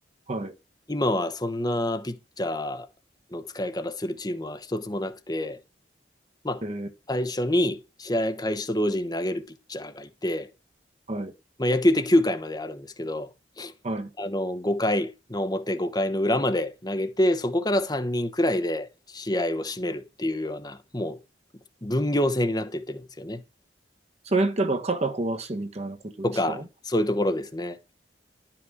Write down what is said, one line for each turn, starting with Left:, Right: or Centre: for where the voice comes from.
Right: はい、
Left: 今はそんなピッチャーの使い方するチームは一つもなくて、まあ、
Right: えー、
Left: 最初に試合開始と同時に投げるピッチャーがいて、
Right: はい、
Left: まあ、野球って9回まであるんですけど、
Right: はい。
Left: あの、5回の表、5回の裏まで投げて、そこから3人くらいで試合を締めるっていうような、もう分業制になっていってるんですよね。
Right: それってやっぱ肩壊すみたいなことですか
Left: とか、そういうところですね。